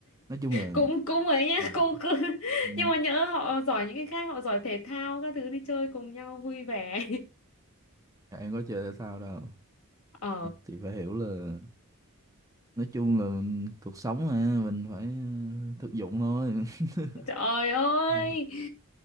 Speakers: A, on the right (about 15°); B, on the left (about 75°).
A: nói chung là
B: cũng cũng ấy nhá
A: ừ,
B: cũng cứ <laughs>
A: ừ,
B: nhưng mà nhỡ họ giỏi những cái khác họ giỏi thể thao các thứ đi chơi cùng nhau vui vẻ
A: em có chơi thể thao đâu
B: <laughs> ờ
A: chị phải hiểu là nói chung là cuộc sống mà mình phải ờ, thực dụng thôi <laughs>
B: trời ơi
A: không được.